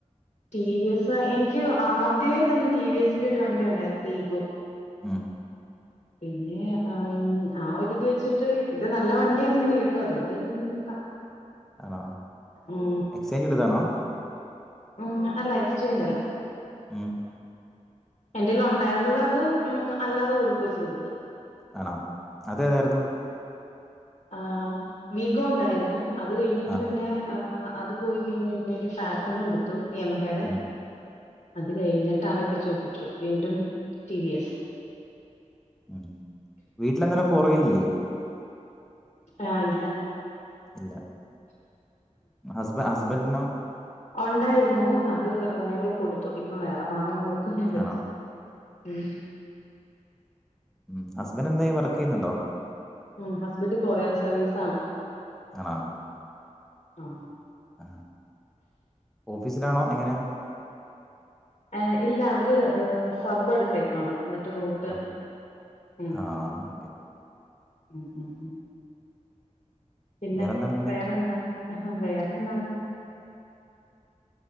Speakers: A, on the left; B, in the centre.
A: ടി വി എസ് എനിക്ക് ആദ്യമേ തന്നെ ടി വി എസിന്റെ ഒരു വണ്ടി ഒണ്ടായിരുന്നു വീഗോ
B: ഇം
A: പിന്നെ ആ ആ ഒരിത് വെച്ചിട്ട് ഇത് നല്ല വണ്ടിയാന്ന് ഇങ്ങനെ കേട്ടു അതുകൊണ്ട് എടുത്താ
B: ആണോ
A: ഉ
B: എക്സ്ചേഞ്ച് എടുത്തതാണോ
A: ഉ അല്ല എക്സ്ചേഞ്ച് അല്ല
B: ഇം
A: എന്റെല് ഒണ്ടായിരുന്നത് അത് ഉം അല്ലാതെ കൊടുക്കുവ ചെയ്തത്
B: ആണോ അതേതായിരുന്നു
A: ആ വീഗോ ഒണ്ടായിരുന്നു അത് കഴിഞ്ഞിട്ട്
B: ആ
A: പിന്നെ ആ അത് പോയി കഴിഞ്ഞ് കഴിഞ്ഞ ഒരു ഫാസിനോ എടുത്തു യമഹേടെ
B: ഉം
A: അത് കഴിഞ്ഞ താനക്ക ചോക്കി ട്രൂ വീണ്ടും ടി വി എസ്
B: ഉ വീട്ടിലന്നേരം ഫോർ വീലില്ലേ
A: ആഹ് ഇല്ല
B: ഇല്ല ഹസ്ബ അസ് ഹസ്ബൻനോ
A: ഒണ്ടായിരുന്നു അത് ഞങ്ങള് കൊടുത്തു ഇപ്പം വേറ വങ്ങാൻ നോക് കുന്നുണ്ട്
B: ആണോ
A: ഉ
B: ഉ ഹസ്ബൻഡന്തായ വർക്കെയ്യുന്നുണ്ടോ
A: ഉം ഹസ്ബൻഡ് കൊറിയർ സർവീസ് ആണ്
B: ആണോ
A: ആം
B: ആ ഓഫീസിലാണോ എങ്ങനെ
A: എ ഇല്ല അവര് സബ് എടുത്തേക്കാണാ എന്നിട്ട് റൂട്ട്
B: ആണോ
A: ഉം
B: ആ ഓക്കെ
A: ഉം ഉം പിന്നെ
B: വേറെന്താണ് പിന്നെ
A: വേറെ എന്താ ആ വേറെന്താ